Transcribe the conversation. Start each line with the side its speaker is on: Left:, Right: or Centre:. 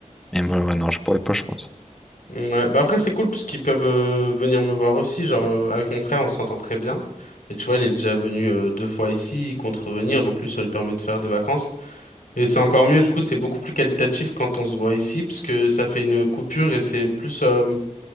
Centre: Mais moi, ouais, non, je pourrais pas, je pense.
Left: Ouais, bah après c'est cool parce qu'ils peuvent euh, venir me voir aussi, genre euh, avec mon frère on s'entend très bien. Et tu vois, il est déjà venu euh, deux fois ici, contrevenir, donc lui ça lui permet de faire des vacances. Et c'est encore mieux, du coup c'est beaucoup plus qualitatif quand on se voit ici, parce que ça fait une coupure et c'est plus... euh,